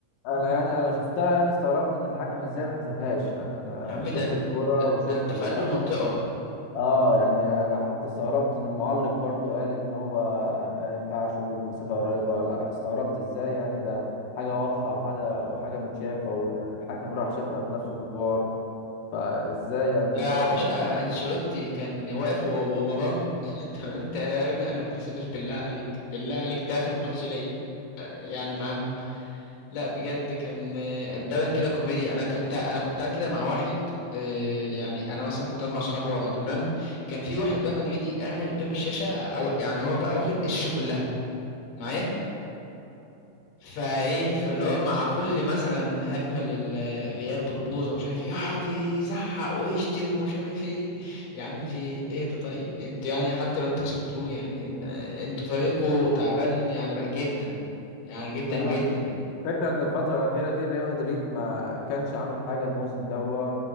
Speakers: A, on the left (about 60°); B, on the left (about 80°).
A: انا يعني انا شفتها يعني استغربت ان الحكم ازاي ما حسبهاش يعني انا
B: يا عم
A: شفت
B: ده انت
A: الكرة وشفت
B: ده انت
A: الحاجه
B: في قلب المنطقة
A: اه يعني انا حتى استغربت ان المعلق برضه قال ان هو ما ينفعش والمسافه قريبه لا استغربت ازاي يعني ده حاجه واضحه وحاجه وحاجه متشافه والحكم راح شافها بنفسه في الفار فازاي يعني
B: يا
A: استغربت
B: باشا
A: ان هو ما حسبهاش
B: انشيلوتي كان واقف و- و- وراه <laughs> تمام تقريبا قال له ما تحسبهاش بالله عليك بالله عليك ده اخر ماتش ليا يعني معاهم لا بجد كان آه، امبارح كده كوميديا انا كنت انا كنت قاعد كده مع واحد آه، يعني انا مثلا كنت قاعد مع اصحابي ورا تمام كان في واحد بقى مدريدي قاعد قدام الشاشه أو- يعني هو بقى واخد الشاشه كلها معايا فايه فاللي هو مع كل مثلا هجمه للريال بتبوظ ومش عارف ايه يقعد يزعق ويشتم ومش عارف ايه يا عم في ايه ده طيب انتوا يعني حتى لو انتوا كسبتوه يعني ان- انتوا فريقكوا تعبان يعني بقى جدا يعني جدا
A: تمام
B: جدا
A: فكرة ان الفترة الأخيرة دي ريال مدريد ما كانش عامل حاجة الموسم دوا